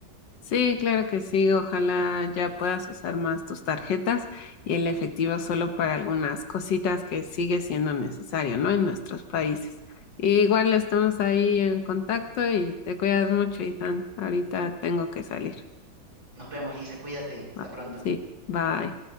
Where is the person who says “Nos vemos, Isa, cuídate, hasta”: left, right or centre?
Right